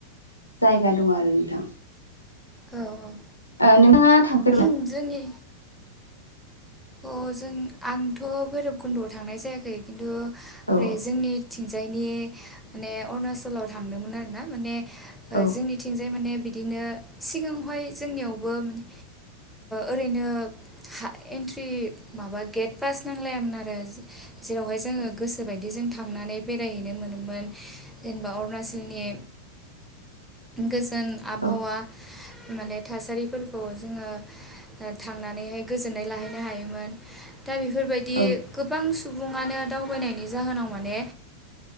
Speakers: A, on the left (about 80°); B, in the centre.
A: जायगा दं आरो नोंथां
B: औ औ
A: ओ नोंथाङा थां
B: उम जोंनि अ जों आंथ' भैरबखुन्द'आव थांनाय जायाखै खिन्थु ओरै
A: औ
B: जोंनि थिंजायनि माने अरुणाचलाव थांदोंमोन आरोना माने ओ
A: औ
B: जोंनिथिं जे माने बिदिनो सिगाङावहाय जोंनियावबो माने ओरैनो हा एन रि माबा गेट फास नांलायोन आरो जेरावहाय जोङो
A: औ
B: गोसोबायदि जों थांनानै बेरायहैनो मोनोमोन जेनेबा अरुणाचलनि गोजोन आबहावा
A: औ
B: माने थासारिफोरखौ जोङो थांनानैहाय गोजोननाय बाहायनो हायोमोन दा बेफोरबायदि।
A: औ
B: गोबां सुबुङानो दावबायनायनि जाहोनाव माने